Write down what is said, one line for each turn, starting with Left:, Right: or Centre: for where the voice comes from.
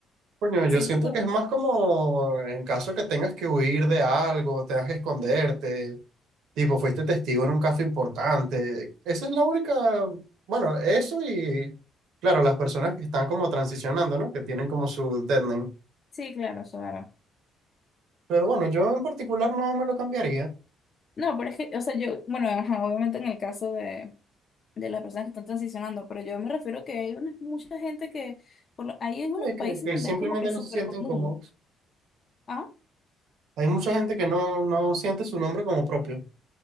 Right: Coño, yo
Left: Siento
Right: siento
Left: que,
Right: que es más como en caso que tengas que huir de algo, tengas que esconderte, Tipo, fuiste testigo en un caso importante. Esa es la única, bueno, eso y, claro, las personas que están como transicionando, ¿no? Que tienen como su dead name.
Left: sí, claro, o sea,
Right: Pero bueno, yo en particular no me lo cambiaría,
Left: No, pero es que, o sea, yo, bueno, ajá, obviamente en el caso de, de las personas que están transicionando, pero yo me refiero que hay una, mucha gente que, por lo- hay en unos
Right: Eh,
Left: países
Right: que, que
Left: donde
Right: simplemente
Left: es como que súper
Right: no se sienten
Left: común.
Right: cómodos.
Left: Ah,
Right: Hay mucha gente que no, no siente su nombre como propio.